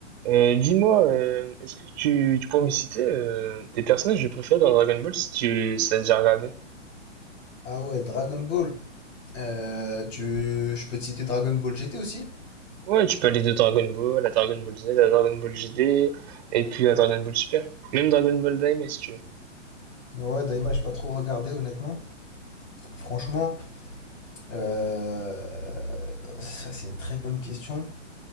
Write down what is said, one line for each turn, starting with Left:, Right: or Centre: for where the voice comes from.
Right: Euh, dis-moi, euh, est-ce que tu, tu pourrais me citer euh, tes personnages préférés dans Dragon Ball si tu si t'as déjà regardé?
Left: Ah ouais, Dragon Ball. Euh, tu... Je peux te citer Dragon Ball GT aussi?
Right: Ouais, tu peux aller de Dragon Ball à Dragon Ball Z, à Dragon Ball GD, et puis à Dragon Ball Super. Même Dragon Ball Daima si tu veux.
Left: Ouais, Daima, j'ai pas trop regardé, honnêtement. Franchement, euh, ça c'est une très bonne question.